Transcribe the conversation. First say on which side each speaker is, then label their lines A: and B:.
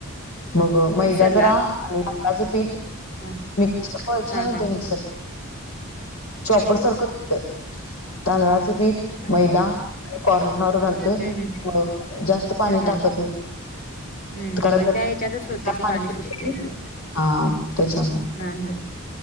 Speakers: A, on the left; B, on the left.
A: मग मैदा
B: मिक्सरला
A: जरा आणि गव्हाचं पीठ
B: हा
A: मिक्सय
B: हा
A: छान होते
B: हा
A: मग. चॉपर
B: हा
A: सारख कुठं हे तांदळाच पीठ
B: हा
A: मैदा आणि कॉर्नफ्लाॉवर घालतोय
B: हम्म
A: मग जास्त पाणी
B: हम्म
A: टाकत नाही.
B: हम्म
A: कारण
B: होय त्या ह्याच्यातचं
A: त्याला
B: होतं ते पाणी
A: सुटतंय
B: सुटतय
A: ना.
B: हो
A: हा त्याच्यामुळे
B: हा ह